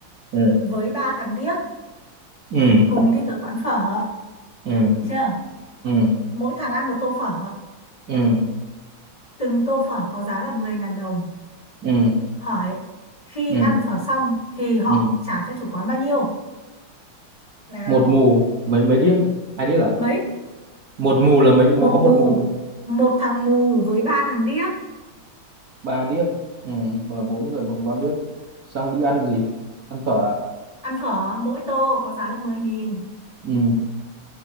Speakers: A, on the right; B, on the left.
A: ừ
B: Với ba thằng điếc
A: ừ
B: cùng đi tới quán phở,
A: ừ
B: được chưa?
A: ừ
B: Mỗi thằng ăn một tô phở,
A: ừ
B: từng tô phở có giá là mười ngàn đồng.
A: ừ
B: Hỏi khi
A: ừ
B: ăn phở xong thì họ
A: ừ
B: trả cho chủ quán bao nhiêu? Nào,
A: một mù mấy mấy điếc hai điếc à
B: mấy?
A: một mù là mấy một
B: Một
A: có
B: mù,
A: một mù
B: một thằng mù với ba thằng điếc
A: ba điếc ừ một là bốn người một ba điếc xong đi ăn gì ăn phở à
B: ăn phở mỗi tô có giá là mười nghìn,
A: ừ